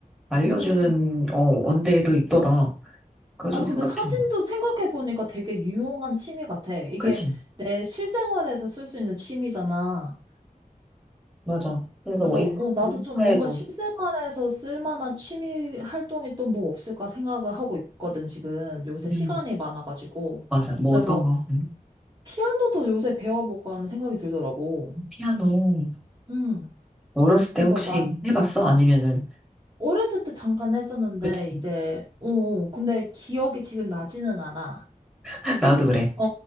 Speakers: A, in the centre; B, on the right (about 30°).
A: 알려주는,
B: 오
A: 어, 원데이도 있더라. 그거 좀
B: 아니,
A: 생각
B: 근데 사진도
A: 좀 해.
B: 생각해보니까 되게 유용한 취미 같아. 이게
A: 그치?
B: 내 실생활에서 쓸 수 있는 취미잖아.
A: 맞아. 그래서
B: 그래서,
A: 뭐 인-
B: 어, 나도
A: 인파에도
B: 좀 뭔가 실생활에서 쓸만한 취미 활동이 또 뭐 없을까 생각을 하고 있거든, 지금. 요새 시간이
A: 음,
B: 많아가지고.
A: 맞아. 뭐
B: 그래서
A: 어떤 거? 음,
B: 피아노도 요새 배워볼까 하는 생각이 들더라고.
A: 피아노.
B: 음.
A: 뭐 어렸을 때
B: 그래서
A: 혹시
B: 나
A: 해봤어? 아니면은,
B: 어렸을 때 잠깐 했었는데,
A: 그치?
B: 이제, 어, 어, 근데 기억이 지금 나지는 않아.
A: <laughs> 나도 그래.
B: 어,